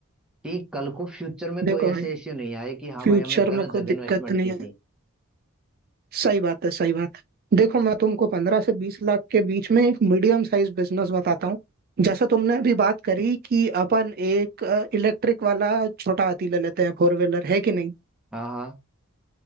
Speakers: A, in the centre; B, on the right.
A: कि कल को फ्यूचर में
B: देखो
A: कोई
B: भाई
A: ऐसे इश्यू नहीं आए कि हाँ
B: फ्यूचर
A: भाई हमने गलत
B: में कोई
A: जगह इन्वेस्टमेंट
B: दिक्कत नहीं
A: की
B: है
A: थी
B: सही बात है सही बात है देखो मैं तुमको पंद्रह से बीस लाख के बीच में एक मीडियम साइज बिजनेस बताता हूँ जैसे तुमने अभी बात करी कि अपन एक इलेक्ट्रिक वाला छोटा हाथी ले लेते हैं फोर व्हीलर है कि नहीं
A: हाँ हाँ